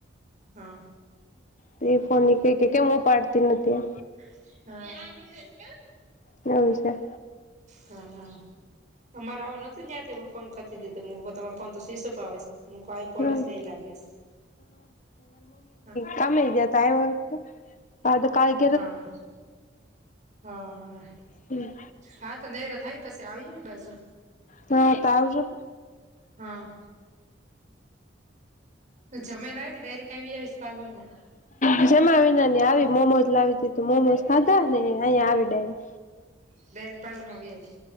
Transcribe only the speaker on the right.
હા
<inaudible>
હા હા અમારે આવવા નોતું ત્યાં ફોન કરતી દીધરે પણ તો શીશો પણ આવે હું આવી કોલેજ
ગઈ, લાગીશ હા
હા હા હા
હા તો નૈરા થાય પછી આવીય બાજુ
હા જમીને આવી કે ડાયરીક કઈ આવીશ પાર્લરમાં
ડાયરેક્ટ પાર્લરમાં વઈ આવીશ